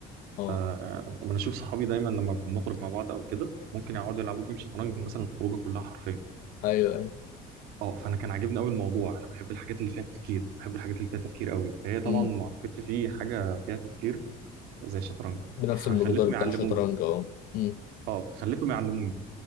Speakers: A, on the left (about 55°); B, on the right (about 70°).
A: آه
B: فلما بشوف صحابي دايما لما بنخرج مع بعض او كده ممكن يقعدوا يلعبوا جيم شطرنج مثلا الخروجه كلها حرفيا
A: أيوه أيوه
B: اه فانا كان عاجبني قوي الموضوع انا بحب الحاجات اللي فيها تفكير بحب الحاجات اللي فيها تفكير قوي فهي طبعا
A: أمم.
B: ما اعتقدش في حاجه فيها تفكير زي الشطرنج
A: بنفس
B: خليتهم
A: المقدار بتاع
B: يعلموني
A: الشطرنج أه أمم.
B: اه خليتهم يعلموني